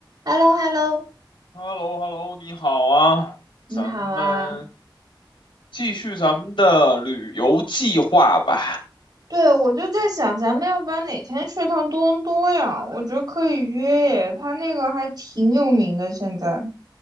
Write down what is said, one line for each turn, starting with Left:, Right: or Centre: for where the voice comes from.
Right: h e l l o h e l l o
Left: h e l l o h e l l o 你好啊，
Right: 你好啊，
Left: 咱们继续咱们的旅游计划吧。
Right: 对，我就在想，咱们要不然哪天去趟多伦多呀？我觉得可以约耶，他那个还挺有名的。现在，